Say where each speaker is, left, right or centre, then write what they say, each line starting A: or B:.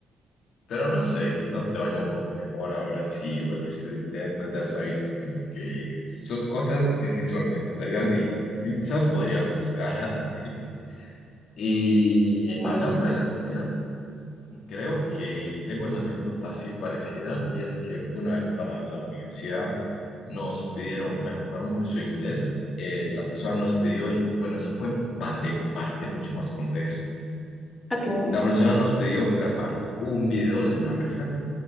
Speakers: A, on the left; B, on the left.
A: pero no sé, quizás te vaya un poco mejor ahora si vuelves y lo intentas, ya sabiendo pues que son cosas que sí son necesarias y quizás podrías buscar <laughs> antes. Y
B: De
A: hablando
B: hecho.
A: de la comida, creo que tengo una anécdota así parecida y es que una vez para la universidad nos pidieron, bueno, para un curso de inglés, eh, la persona nos pidió, el- bueno, eso fue en pandemia, parte mucho más contexto.
B: Ok.
A: La persona nos pidió grabar un video de una receta.